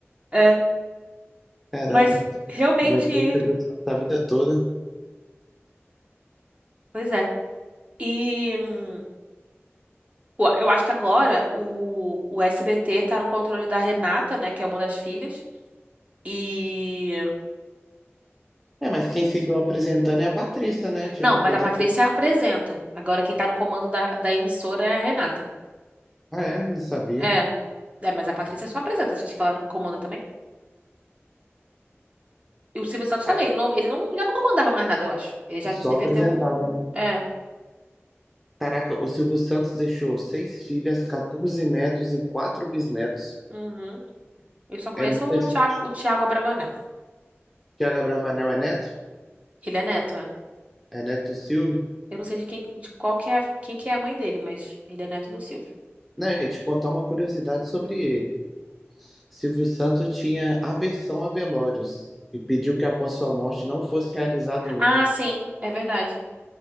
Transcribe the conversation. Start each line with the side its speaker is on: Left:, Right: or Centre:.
Right: É.
Centre: Caramba,
Right: Mas realmente.
Centre: aguentou o Silvio Santos a vida toda.
Right: Pois é. E hum, ué, eu acho que agora o, o SBT tá no controle da Renata, né? Que é uma das filhas. E.
Centre: É, mas quem seguiu apresentando é a Patrícia, né? Tipo,
Right: Não, mas
Centre: tentar...
Right: a Patrícia apresenta. Agora quem tá no comando da, da emissora é a Renata.
Centre: Ah, é? Não sabia.
Right: É, é, mas a Patrícia só apresenta. Você acha que ela comanda também? E o Silvio Santos
Centre: Cara,
Right: também. Ele não, ele não, já não comandava mais nada, eu acho. Ele já
Centre: só
Right: devia
Centre: apresentava,
Right: ter um.
Centre: né?
Right: É.
Centre: Caraca, o Silvio Santos deixou seis filhas, 14 netos e quatro bisnetos.
Right: Uhum. Eu só conheço
Centre: É muita
Right: o
Centre: gente.
Right: Thiago, o Thiago Abravanel.
Centre: Tiago Bravanel é neto?
Right: Ele é neto, é.
Centre: É neto do Silvio?
Right: Eu não sei de quem, de qual que é, a- quem que é a mãe dele, mas ele é neto do Silvio.
Centre: Não, e te contar uma curiosidade sobre ele. Silvio Santos tinha aversão a velórios e pediu que após sua morte não fosse realizado
Right: Ah,
Centre: um.
Right: sim, é verdade.